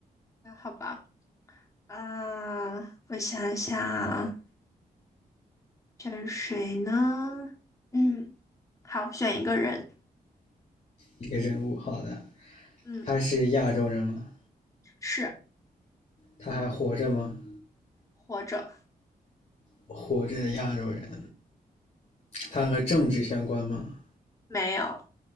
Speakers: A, on the left (about 20°); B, on the left (about 45°).
A: 那好吧。啊，我想想啊选谁呢？嗯，好，选一个人。
B: 一个人物。好的，
A: 嗯，
B: 他是亚洲人吗？
A: 是
B: 他还活着吗？
A: 活着
B: 活着的亚洲人，他和政治相关吗？
A: 没有？